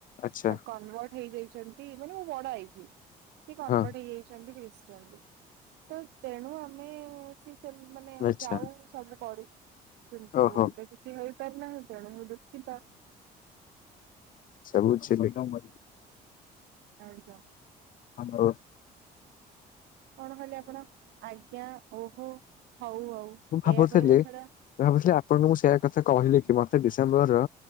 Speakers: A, on the left; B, on the right.
A: ଆଚ୍ଛା
B: କନଭର୍ଟ ହେଇଯାଇଛନ୍ତି। ସେ ମାନେ ମୋ ବଡ ଆଇ ଯେ ସେ କନଭର୍ଟ
A: ହଁ
B: ହେଇଯାଇଛନ୍ତି କ୍ରି ତ ତେଣୁ ଆମେ ସ ମାନେ
A: ଆଚ୍ଛା
B: ଯାଉ ସବୁ କରୁ। କିନ୍ତୁ
A: ଓହୋ।
B: ଏବେ କିଛି ହେଇପାର ନାହିଁ। ତେଣୁ ଦୁଃଖିତ
A: ସବୁ ଚିଲିକା ମଝିରେ।
B: ଆଜ୍ଞା
A: ହ ହୋ।
B: କଣ କଲେ ଆପଣ ଆଜ୍ଞା ଓହୋ। ହଉ ହଉ
A: ମୁଁ ଭାବୁଥିଲି,
B: ଏଇଆ କହିବା ଛଡା
A: ଭାବୁଥିଲି ଆପଣଙ୍କୁ ସେଇକଥା କହିଲି କି ମତେ ଡି ଡିସେମ୍ବର